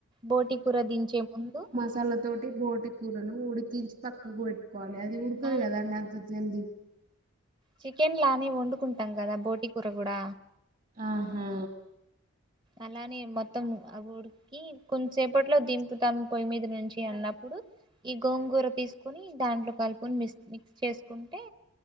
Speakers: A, on the right; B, on the right.
A: బోటి కూర దించే ముందు
B: తల్ల తోటి బోటి కూరను ఉడికించి పక్కకు పెట్టుకోవాలి అది ఉడకదు
A: ఆ
B: కదా నాకు తెల్దు
A: చికెన్ లానే వండుకుంటం కదా బోటి కూర కూడా
B: ఆహా
A: అలానే మొత్తం ఆ ఉడు కి కొన్సేపట్లో దింపుతం పొయ్యి మీద నుంచి అన్నప్పుడు ఈ గోంగూర తీసుకుని దాంట్లో కలుపుకొని మిక్స్ మిక్స్ చేసుకుంటే